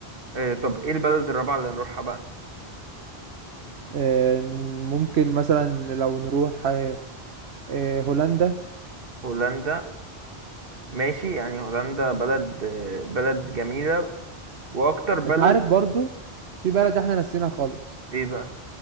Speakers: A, on the right; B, on the right.
A: أه طب ايه البلد الرابعه اللي نروحها بقى
B: آه، ممكن مثلا لو نروح آه، آه، هولندا
A: هولندا ماشي يعني هولندا بلد آه، بلد جميله واكتر بلد
B: انت عارف برضو في بلد احنا نسيناها خالص
A: ايه بقى